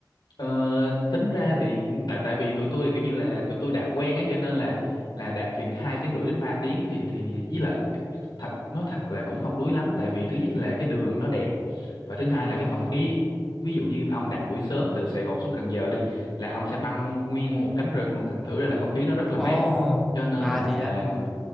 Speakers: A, on the left (about 85°); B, in the centre.
A: Ờ, tính ra thì tại tại vì tụi tôi là kiểu như là tụi tôi đạp quen ấy cho nên là là đạp chừng 2 tiếng rưỡi đến 3 tiếng thì thì với lại thật nói thật là cũng không đuối lắm tại vì thứ nhất là cái đường nó đẹp và thứ hai là
B: Ờ.
A: cái không khí ví dụ như ông đạp buổi sớm từ Sài Gòn xuống Cần Giờ đi là ông sẽ băng nguyên qua một cánh rừng luôn thành thử ra là không khí nó rất là
B: Ồ,
A: mát cho nên
B: à
A: là
B: thì
A: là
B: đã ừ